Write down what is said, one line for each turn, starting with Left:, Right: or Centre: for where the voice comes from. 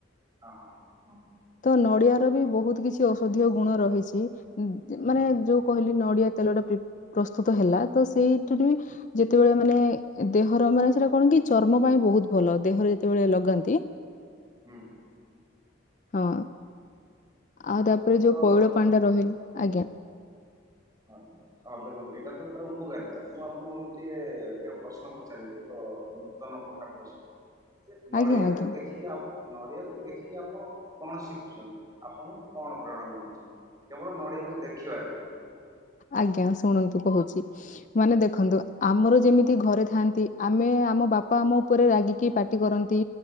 Right: ହଁ, ହଁ, ହଁ।
Left: ତ ନଡିଆର ବି ବହୁତ କିଛି ଔଷଧୀୟ ଗୁଣ ରହିଚି। ଉଁ,
Right: ହୁଁ
Left: ମାନେ ଯୋଉ କହିଲି ନଡିଆ ତେଲଟା ପ୍ରିପ୍ ପ୍ରସ୍ତୁତ ହେଲା। ତ ସେଇଠୁରୁ ବି ଯେତେବେଳେ ମାନେ ଦେହର ତ ମାନେ ସେଟା କଣ କି ଚର୍ମ ପାଇଁ ବହୁତ ଭଲ। ଦେହରେ ଯେତେବେଳେ ଲଗାନ୍ତି
Right: ହୁଁ।
Left: ହଁ। ଆଉ ତାପରେ ଯୋଉ
Right: ତ
Left: ପଇଳ ପାଣିଟା ରହେ, ଆଜ୍ଞା,
Right: ହଁ, ହଁ ଦେଖନ୍ତୁ ଏଇଟା ତ ତାର ଉପକାରିତା। ମୁଁ ଆପଣଙ୍କୁ ଗୋଟିଏ ଏକ ପ୍ରଶ୍ନ ପଚାରିବି ଏକ ହୋ ନୂତନ ପ୍ରକାର ପ୍ରଶ୍ନ। ଯେ ନଡିଆକୁ
Left: ଆଜ୍ଞା ଆଜ୍ଞା
Right: ଦେଖିକି ଆପ, ନଡିଆକୁ ଦେଖିକି ଆପଣ କଣ ଶିଖୁଛନ୍ତି? ଆପଣକୁ କଣ ପ୍ରେରଣା ମିଳୁଛି? କେବଳ ନଡିଆକୁ ଦେଖିବାରେ।
Left: ଆଜ୍ଞା, ଶୁଣନ୍ତୁ କହୁଚି। ମାନେ ଦେଖନ୍ତୁ ଆମର ଯେମିତି ଘରେ ଥାଆନ୍ତି, ଆମେ ଆମ ବାପା ଆମ ଉପରେ ରାଗିକି ପାାଟି କରନ୍ତି।